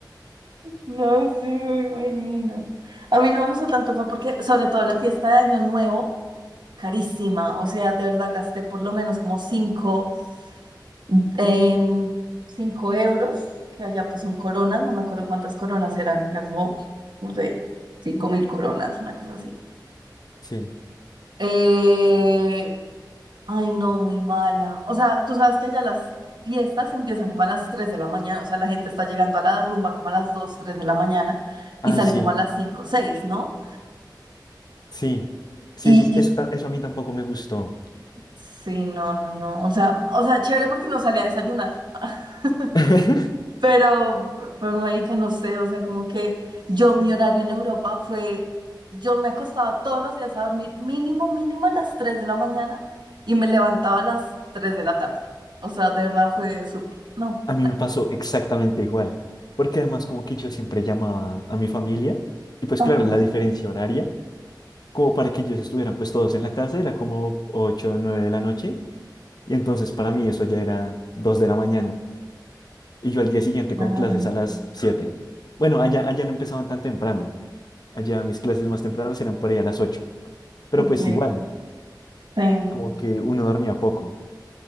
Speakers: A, on the right; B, on the left.
A: No, sí, me imagino. A mí no me gustó tanto, fue porque, sobre todo la fiesta de Año Nuevo, carísima. O sea, de verdad gasté por lo menos como 5 cinco em, cinco euros, que allá pues son coronas, no me acuerdo cuántas coronas eran, eran como, no sé, cinco mil coronas, una cosa así.
B: Sí.
A: Eh, Ay, no, muy mala. O sea, tú sabes que allá las fiestas empiezan como a las 3 de la mañana. O sea, la gente está llegando a la rumba como a las 2, 3 de la mañana y
B: Ah,
A: sale
B: sí.
A: como a las cinco, seis, ¿no?
B: Sí, sí,
A: Y,
B: sí,
A: y
B: eso, ta- eso a mí tampoco me gustó.
A: sí, no, no, no. O sea, o sea, chévere porque no salía a desayunar. <laughs>
B: <laughs>
A: Pero, pero marica, no sé, o sea, como que yo, mi horario en Europa fue, yo me acostaba todos los días a dormir mínimo, mínimo a las 3 de la mañana y me levantaba a las 3 de la tarde. O sea, de verdad fue su, no,
B: A mí me pasó exactamente igual, porque además como que yo siempre llamaba a mi familia y pues
A: Ajá,
B: claro, la diferencia horaria, como para que ellos estuvieran pues todos en la casa, era como 8 o 9 de la noche y entonces para mí eso ya era 2 de la mañana y yo al día siguiente
A: claro,
B: con clases a las 7. Bueno, allá, allá no empezaban tan temprano, allá mis clases más tempranas eran por ahí a las 8. pero
A: ok.
B: pues igual,
A: Sí,
B: como que uno dormía poco.